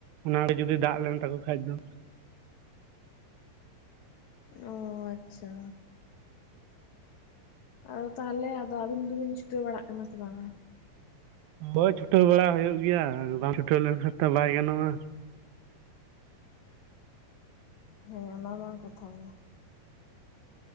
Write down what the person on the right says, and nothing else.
ᱚᱱᱟᱨᱮ ᱡᱩᱫᱤ ᱫᱟᱜ ᱞᱮᱱ ᱛᱟᱠᱚ ᱠᱷᱟᱡ ᱫᱚ᱾
ᱦᱳᱭ ᱪᱷᱩᱴᱟᱹᱣ ᱵᱟᱲᱟ ᱦᱳᱭᱳᱜ ᱜᱮᱭᱟ, ᱵᱟᱝ ᱪᱷᱩᱴᱟᱹᱣ ᱞᱮᱱᱠᱷᱟᱱ ᱛᱚ ᱵᱟᱭ ᱜᱟᱱᱚᱜᱼᱟ᱾